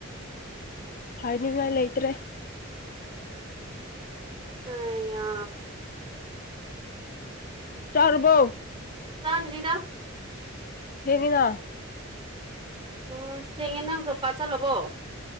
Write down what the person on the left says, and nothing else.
ꯍꯥꯏꯅꯤꯡꯉꯥꯏ ꯂꯩꯇ꯭ꯔꯦ
ꯆꯔꯕꯣ
ꯍꯒꯤꯅ